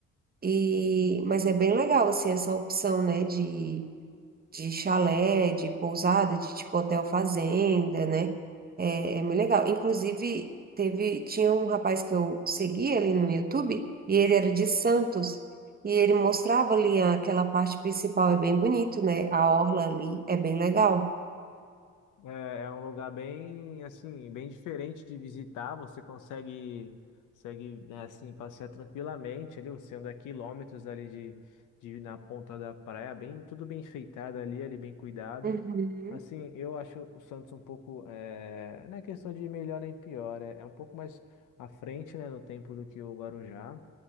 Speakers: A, on the right; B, on the left.
A: E, mas é bem legal, assim, essa opção, né, de, de chalé, de pousada, de tipo hotel fazenda, né? É, é muito legal. Inclusive, teve, tinha um rapaz que eu seguia ali no YouTube, e ele era de Santos, e ele mostrava ali aquela parte principal, é bem bonito, né? A orla ali é bem legal.
B: É, é um lugar bem, assim, bem diferente de visitar. Você consegue, consegue, né, assim, passear tranquilamente ali. Você anda quilômetros ali de, de na ponta da praia, bem, tudo bem enfeitado ali, ali bem cuidado.
A: Uhum.
B: Assim, eu acho o Santos um pouco, é, não é questão de melhor nem pior, é, é um pouco mais à frente, né, no tempo do que o Guarujá.